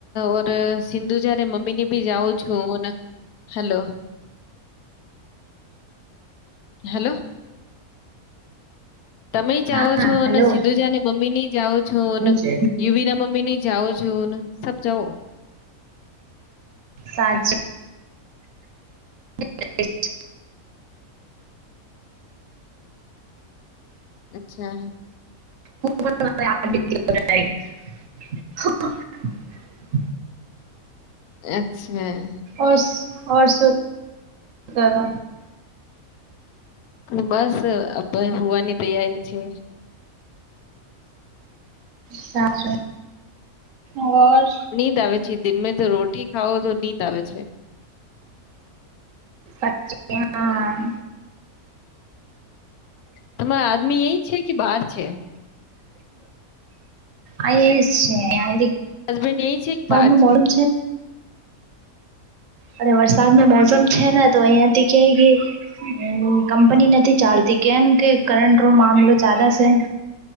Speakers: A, on the left (about 80°); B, on the right (about 65°).
A: ઓર સિંધુ જારે મમ્મી ની બી જાઓ છોન. Hello hello. તમે જાઓ
B: હા
A: છો
B: હલો
A: ને સિંધુજાને મમ્મી ની જાઓ છો ન.
B: હું છે
A: યુવી ના મમ્મી ની જાઓ છોન સબ જાઓ.
B: સાજ <inaudible>
A: અચ્છા.
B: <inaudible>
A: અચ્છા.
B: ઓરસ ઓરસ શું કરો.
A: બસ અબે હુંવાની તૈયારી છે.
B: સાજ ઓર.
A: નીંદ આવે છે દિનમે તો રોટી ખાઓ તો નીંદ આવે છે.
B: સાચું કિયાન.
A: તમાર આદમી અઈ છે કે બહાર છે.
B: અએજ છે.
A: હસબેન્ડ એ છે કે બાર
B: વરસાદનું
A: છે.
B: મોસમ અને વરસાદ નો મોસમ છે ને તો અહિયાંથી કે ઘે હમ્મ કંપની નથી ચાલતી કેમ કે કરંટ રો મામલો ચાલે છે.